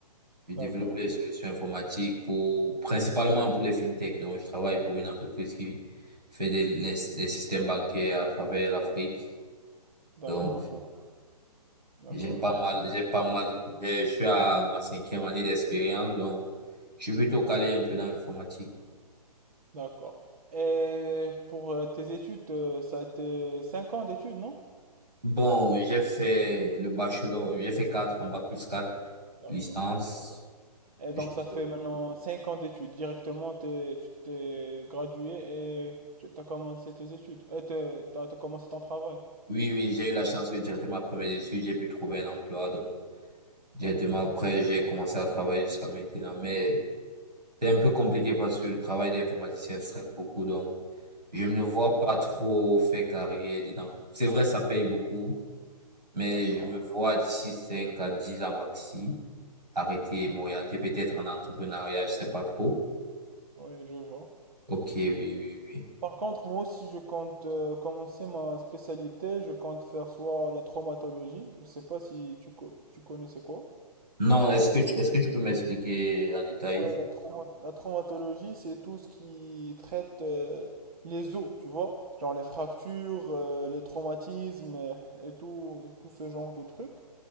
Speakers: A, on the right (about 90°); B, on the right (about 65°).
A: Je développe
B: D'accord,
A: les Ok. solutions informatiques pour, principalement pour les fintech. Donc, je travaille pour une entreprise qui fait des, les- des systèmes bancaires à travers l'Afrique.
B: d'accord,
A: Donc,
B: je vois. D'accord,
A: j'ai pas
B: je vois.
A: mal, j'ai pas mal, j'ai- je suis à ma cinquième année d'expérience. Donc, je suis plutôt calé un peu dans l'informatique.
B: D'accord. Et pour euh, tes études, euh, ça a été 5 ans d'études, non?
A: Bon, j'ai fait le bachelor, j'ai fait 4 en bac plus 4
B: D'accord.
A: licence.
B: D'accord. Et
A: Je
B: donc,
A: suis
B: ça fait maintenant 5 ans d'études. Directement, t'es- tu t'es gradué et tu as commencé tes études. Et t'es- t'as, t'as commencé ton travail.
A: Oui, oui, j'ai eu la chance que directement après mes études, j'ai pu trouver un emploi. Donc, directement
B: Ouais,
A: après, j'ai commencé à travailler jusqu'à maintenant. Mais c'est un peu compliqué parce que le travail d'informaticien stresse beaucoup. Donc, je ne me vois
B: ouais.
A: pas trop faire carrière dedans. C'est vrai, ça paye beaucoup, mais
B: D'accord.
A: je me vois d'ici 5 à 10 ans maxi arrêter et m'orienter peut-être en entrepreneuriat, je sais pas trop.
B: Oui, je vois.
A: Ok, oui, oui, oui.
B: Par contre, moi aussi, je compte euh, commencer ma spécialité. Je compte faire soit la traumatologie. Je sais pas si tu, co- tu connais c'est quoi.
A: Non, est-ce que tu, est-ce que tu peux m'expliquer en détail?
B: Ouais, la, trauma- la traumatologie, c'est tout ce qui traite euh, les os, tu vois, genre les fractures, euh, les traumatismes euh, et tout, tout ce genre de trucs,